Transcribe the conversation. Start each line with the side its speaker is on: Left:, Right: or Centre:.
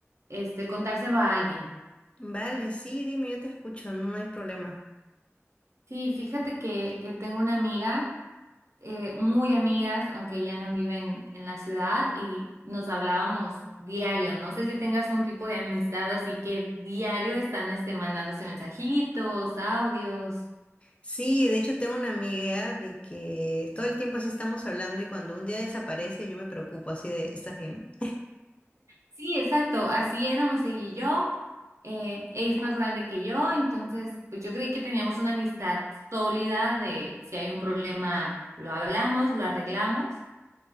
Right: este contárselo a alguien.
Left: Vale, sí, dime, yo te escucho, no hay problema.
Right: Sí, fíjate que eh, tengo una amiga, eh, muy amigas, aunque ella no vive en en la ciudad y nos hablábamos diario. No sé si tengas un tipo de amistad, así que diario están este, mandándose mensajitos, audios.
Left: Sí, de hecho tengo una amiga de que todo el tiempo así estamos hablando y cuando un día desaparece yo me preocupo así de, ¿estás bien?
Right: Sí, exacto, así éramos ella y yo. Eh, ella es más grande que yo, entonces pues yo creí que teníamos una amistad sólida de si hay un problema lo hablamos, lo arreglamos,